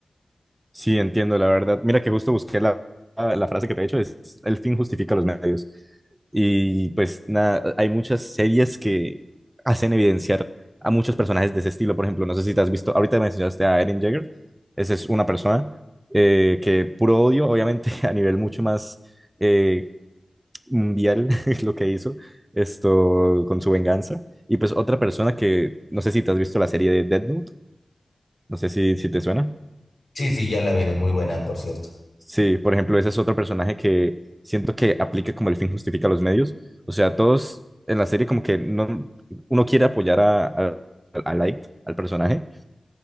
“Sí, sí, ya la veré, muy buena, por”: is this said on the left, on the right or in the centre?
Left